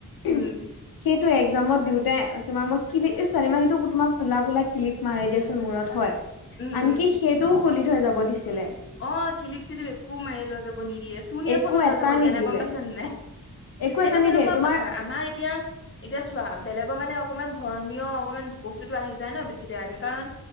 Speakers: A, on the left (about 80°); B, on the left (about 35°).
A: সেইট
B: উম
A: টো একজামত দিওঁতে, তোমাৰ মই ক্লি, এই ছোৱালী মানহতো তোমাৰ, কোলা-কোলা, ক্লিপ মাৰে দিয়াচোন, মূৰত হয়।
B: উম
A: আনকি,
B: উম
A: সেইটোও খুলি থৈ যাব দিছিলে।
B: অ', কিলিপ চিলিপ একো মাৰি লৈ যাব নিদিয়ে। চুৰ্ণী
A: একো
B: এখনো
A: এটা
B: লৈ যাব দিয়া
A: নিদিলে
B: নাই, গম পাইছানে নাই।
A: একো
B: সেইটো
A: এটা নিদিয়ে
B: কেনেকুৱা
A: তোমাৰ
B: কথা আমাৰ এতিয়া এতিয়া চোৱা বেলেগৰ মানে অকমান ধৰ ৰ্মীয় অকমান বস্তুটো আহি যায় ন বেছি বেয়াকে কাৰণ